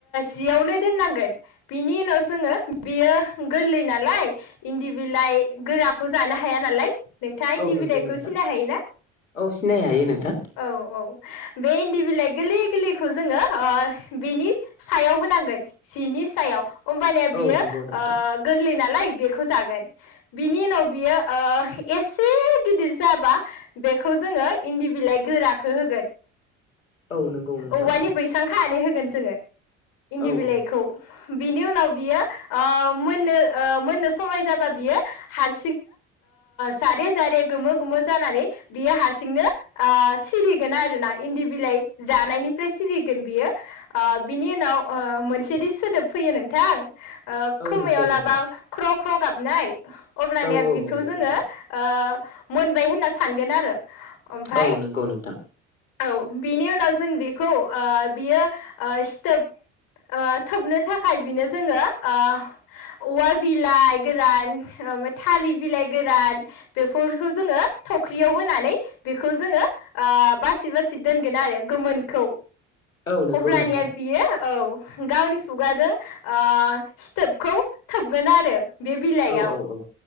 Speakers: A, on the left; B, on the left.
A: जियावनो दोननांगोन बिनि उनाव जोङो बियो गोरलै नालाय इन्दि बिलाइ गोराखौ जानो हाया नालाय नोंथाङा इन्दि
B: औ नंगौ
A: बिलाइखौ
B: नोंथां
A: सिनाय हायोना
B: औ सिनाय हायो नोंथां।
A: औ औ बे इन्दि बिलाइ गोरलै गोरलैखौ ओ जोङो बिनि सायाव होनांगोन जिनि सायाव ओमबानिया
B: औ
A: बियो ओ
B: नंगौ नोंथां
A: गोरलै नालाय बेखौ जागोन बिनि उनाव बियो ओ एसे गिदिर जाबा बेखौ जोङो इन्दि बिलाइ गोराखो होगोन
B: औ नंगौ नोंथां
A: औवानि बैसां खानानै होगोन जोङो इन्दि
B: औ
A: बिलाइखौ
B: औ
A: बिनि उनाव बियो ओ मोननो ओ मोननो समाय जाबा बियो हार जारे जारे गोमो गोमो जानानै बियो हारसिंनो ओ सिरिगोन आरोना इन्दि बिलाइ जानायनिफ्राय सिरिगोन बियो ओ बिनि उनाव ओ मोनसेदि सोदोब फैयो नोंथां ओ
B: औ
A: खोमायाव
B: नंगौ
A: लाबा
B: नोंथां
A: ख्र ख्र गाबनाय अब्लानिया
B: औ
A: बिखौ
B: नंगौ
A: जोङो
B: नोंथां
A: ओ मोनबाय होनना सानगोन आरो ओमफाय
B: औ नोंगौ नोंथां
A: औ बेनि उनाव जों बेखौ ओ बियो ओ सिथोब ओ थोबनो थाखाय बिनो जोङो ओ औवा बिलाइ गोरान ओ थालिर बिलाइ गोरान बेफोरखौ जोङो थख्रियाव होनानै बेखौ जोङो ओ बासि बासि दोनगोन आरो गोमोनखौ
B: औ नंगौ
A: अब्लानिया
B: नोंथां
A: बियो औ गावनि खुगाजों ओ सिथोबखौ थोबगोन आरो बे बिलाइआव
B: औ औ औ